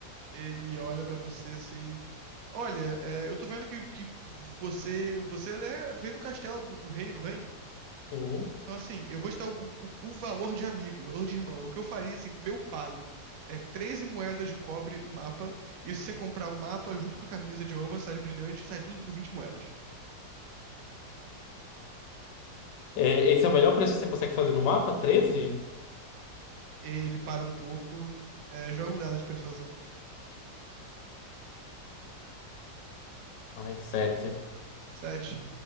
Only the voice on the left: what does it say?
Hum.
É, esse é o melhor preço que você consegue fazer no mapa? 13.
Mais 7.